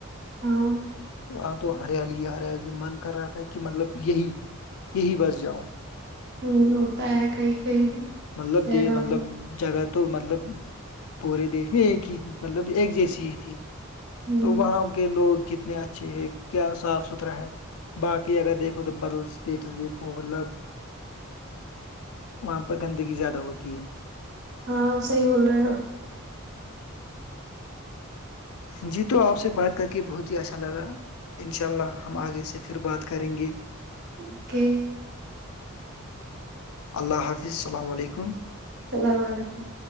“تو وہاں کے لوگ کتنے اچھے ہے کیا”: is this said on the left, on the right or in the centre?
Left